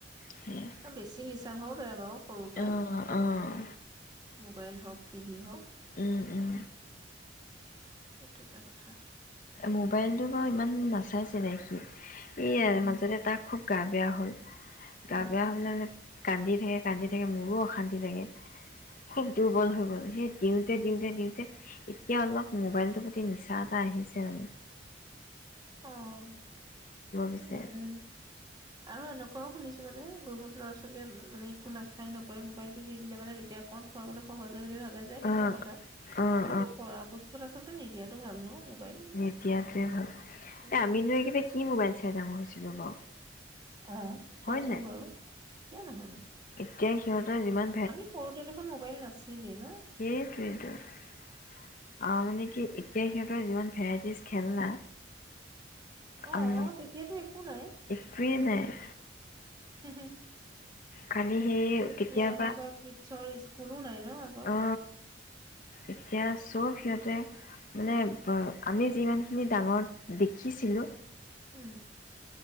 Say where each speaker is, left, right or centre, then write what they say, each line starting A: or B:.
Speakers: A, on the left; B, on the right.
A: সেয়াই
B: বেছি নিছা হোৱাও বেয়া অহ সৰু পৰাই,
A: অ', অ',
B: মোবাইল হওক টিভি হওক
A: উম, উম।
B: সেইটো এটা কথা
A: মোবাইলটো বাৰু ইমান নাচাইছিলে সি এয়াই
B: উম
A: মাজতে তাক খুব গা বেয়া হ'ল
B: উম
A: গা বেয়া হ'লে কান্দি থাকে কান্দি থাকে মোৰো অশান্তি লাগে খুব দুৰ্বল হৈ গ'ল সেই দিওঁতে দিওঁতে দিওঁতে এতিয়া অলপ মোবাইলটোৰ প্ৰতি নিছা এটা আহিছে। উম
B: অহ,
A: বিচাৰে।
B: উম উম আৰু এনেকুৱাও শুনিছো মানে বহুত ল'ৰা ছোৱালীয়ে মানে একো নাখাই নকৰে মোবাইলটো দি দিলে মানে তেতিয়া অকণ খুৱাবলৈ সহজ হয় আৰু যে সেইটো
A: অ',
B: এটা কথা
A: অ',
B: কিন্তু পৰাপক্ষত আচলতে আচলতে নিদিয়াতো ভাল ন মোবাইল
A: নিদিয়েটো ভাল-
B: উম
A: আমি নো এইকেইটা কি মোবাইল চাই ডাঙৰ হৈছিলোঁ বাৰু
B: অহ চোৱাচোন
A: হয় নাই
B: বাৰু, কিয় নহয়নো।
A: এতিয়া সিহঁতৰ যিমান
B: আমি সৰুতে দেখুন মোবাইল নাচো <unintelligible>
A: সেইটোৱেই মানে কি এতিয়া সিহঁতৰ যিমান ভেৰাইটিজ খেল না
B: অ
A: উম
B: তেতিয়াতো একো নাই
A: একোৱেই নাই
B: হুম, হুম
A: খালি সেই
B: এতিয়া
A: কেতিয়াবা
B: এনেকুৱা কিছৰ স্কুলো নাই ন আগত
A: অ এতিয়া চব সিহঁতে মানে আমি যিমানখিনি ডাঙৰ দেখিছিলো
B: উম